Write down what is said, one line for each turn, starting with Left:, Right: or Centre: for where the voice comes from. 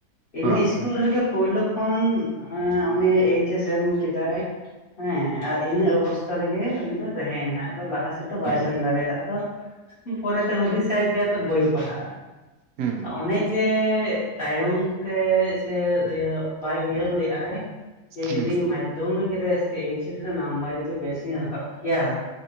Left: ᱤᱱᱟᱹ
Right: ᱦᱮᱸ
Left: ᱤᱥᱠᱩᱞ ᱨᱮᱜᱮ ᱯᱳᱭᱞᱳ ᱠᱷᱚᱱ ᱩᱱᱤ ᱮᱭᱤᱪᱮᱥ ᱮᱢ ᱠᱮᱫᱟᱭ ᱦᱮᱸ ᱟᱨ ᱤᱱᱟᱹ ᱚᱵᱚᱥ ᱩᱱᱟ ᱨᱮᱜᱮ ᱩᱱᱤ ᱫᱚ ᱛᱟᱦᱮᱸᱭᱮᱱᱟ ᱟᱫᱚ ᱞᱟᱦᱟ ᱥᱮᱫ ᱫᱚ ᱵᱟᱭ
Right: ᱦᱮᱸ
Left: ᱥᱮᱱ ᱫᱟᱲᱮᱭᱟᱫᱟ ᱟᱫᱚ ᱯᱚᱨᱮᱛᱮ ᱦᱩᱫᱤᱥᱟᱭ ᱡᱮ ᱟᱫᱚ ᱵᱟᱹᱧ ᱯᱟᱲᱦᱟᱜᱼᱟ
Right: ᱦᱮᱸ
Left: ᱚᱱᱮ ᱡᱮ ᱛᱟᱭᱚᱢ ᱛᱮ ᱥᱮ ᱤᱭᱟᱹ ᱵᱟᱭ ᱩᱭᱦᱟᱹᱨ ᱞᱮᱫᱟᱭ ᱾
Right: ᱦᱮᱸ
Left: ᱡᱩᱫᱤᱧ ᱢᱟᱫᱽᱫᱷᱚᱢᱤᱠ ᱨᱮ ᱥᱮ ᱮᱭᱤᱪᱮᱥ ᱨᱮ ᱱᱟᱢᱵᱟᱨ ᱡᱩᱫᱤ ᱵᱮᱥᱤᱧ ᱨᱟᱠᱟᱵ ᱠᱮᱭᱟ